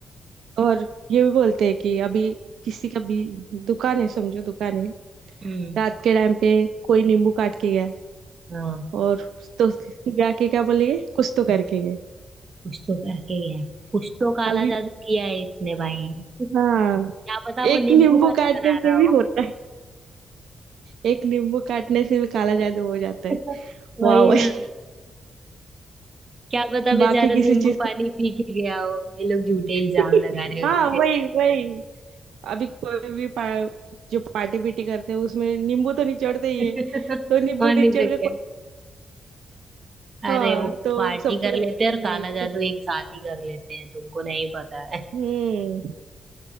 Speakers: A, on the right (about 85°); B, on the right (about 50°).
A: और ये भी बोलते हैं कि अभी किसी का भी दुकान है समझो दुकान है
B: हम्म
A: रात के टाइम पे कोई नींबू काट के गया
B: हाँ
A: और तो जाके क्या बोलेंगे कुछ तो करके
B: कुछ
A: गए
B: तो करके गया है। कुछ तो काला
A: अभी
B: जादू किया है इसने भाई
A: हाँ
B: क्या पता वो
A: एक
B: नींबू
A: नींबू
B: पानी
A: काटने
B: बना
A: से
B: रहा हो
A: भी होता है एक नींबू काटने से भी काला जादू हो जाता है
B: <laughs>
A: वाह
B: वही
A: वही
B: ना क्या पता बेचारा
A: बाकी किसी
B: नींबू
A: चीज को-
B: पानी पी के गया हो ये लोग झूठे इल्जाम
A: <laughs>
B: लगा रहे
A: हाँ
B: होते
A: वही
B: हैं।
A: वही अभी कोई भी पा, जो पार्टी पीटी करते हैं उसमें नींबू तो निचोड़ते ही
B: <laughs>
A: है तो
B: और
A: नींबू निचोड़
B: नहीं तो क्या
A: के हाँ
B: अरे वो
A: तो
B: पार्टी
A: सबको
B: कर लेते
A: लगता है
B: हैं
A: कि
B: और
A: नहीं
B: काला
A: कुछ
B: जादू एक साथ ही कर लेते हैं तुमको नहीं पता है <laughs>
A: हम्म